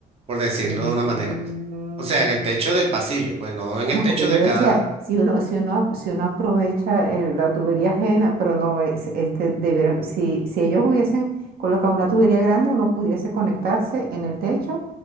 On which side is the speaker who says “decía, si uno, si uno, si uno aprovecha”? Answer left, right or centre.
Right